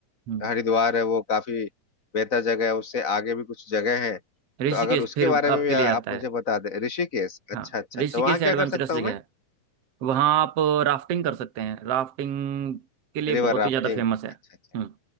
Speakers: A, on the right; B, on the left.
A: हम्म
B: हरिद्वार है वो काफी बेहतर जगह है उससे आगे भी कुछ जगह है
A: ऋषिकेश
B: तो अगर उसके
A: फिर
B: बारे में
A: आपके
B: भी आ-
A: लिए
B: आप
A: आता है
B: मुझे बता दें ऋषिकेश अच्छा
A: हाँ
B: अच्छा
A: ऋषिकेश
B: अच्छा वहाँ क्या
A: एडवेंचरस
B: कर सकता
A: जगह
B: हूँ मैं
A: है वहाँ आप राफ्टिंग कर सकते हैं राफ्टिंग के लिए
B: रिवर
A: बहुत
B: राफ्टिंग
A: ही ज़्यादा फेमस है
B: अच्छा अच्छा
A: हम्म